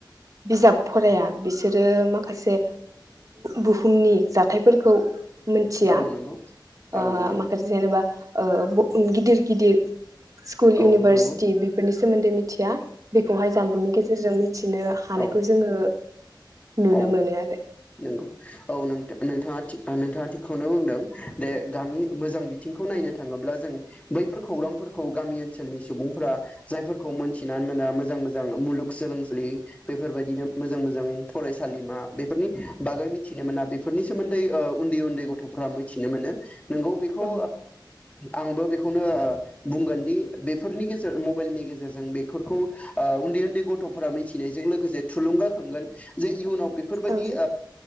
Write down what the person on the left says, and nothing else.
औ नंगौ औ नंगौ
औ
नंगौ
औ
औ
नंगौ औ नोंथाङा थिग नोंथाङा थिकखौनो बुंदों दे गामि मोजां बिथिंखौ नायनो थाङोब्ला जों बैफोर खौरांफोरखौ गामि ओनसोलनि सुबुंफोरा जायफोरखौ मोनथिनानै मोना मोजां मोजां मुलुग सोलोंसालि बेफोरबायदिनो मोजां मोजां फरायसालिमा बे बेफोरनि बागै मिथिनो मोना बेफोरनि सोमोन्दै उन्दै उन्दै गथ'फोरा मिथिनो मोनो नोंगौ बेखौ
आंबो बेखौ बेखोनो बुंगोन दि बेफोरनि गेजेर मबाइलनि गेजेरजों बेफोरखौ उन्दै उन्दै गथ'फोरा मिथिनायजों लोगोसे थुलुंगाखांगोन जे इयुनाव बेफोरबायदि